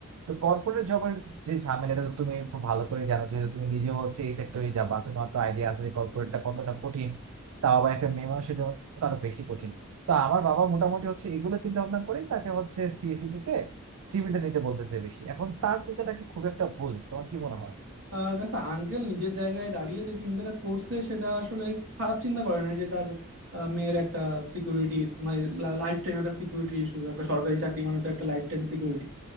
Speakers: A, on the right; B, on the right.
A: তো কর্পোরেট জবের যে ঝামেলাটা তো তুমি খুব ভালো করে জানো যেহেতু তুমি নিজে হচ্ছে এই সেক্টরে যাবা তোমার তো আইডিয়া আছে যে কর্পোরেটটা কতটা কঠিন তাও আবার একটা মেয়ে মানুষের জন্য তো আরো বেশি কঠিন তা আমার বাবা মোটামুটি হচ্ছে এগুলো চিন্তা ভাবনা করে তাকে হচ্ছে সিএসসি থেকে সিভিলটা নিতে বলতেছে বেশি এখন তার চিন্তাটা কি খুব একটা ভুল তোমার কি মনে হয়
B: আহ দেখো আঙ্কেল নিজের জায়গায় দাঁড়িয়ে যে চিন্তাটা করছে সেটা আসলে খারাপ চিন্তা করে নাই যে তার আহ, মেয়ের একটা সিকিউরিটি মানে লাইফ টাইম একটা সিকিউরিটি ইস্যু একটা সরকারি চাকরি মানে তো একটা লাইফ টাইম সিকিউরিটি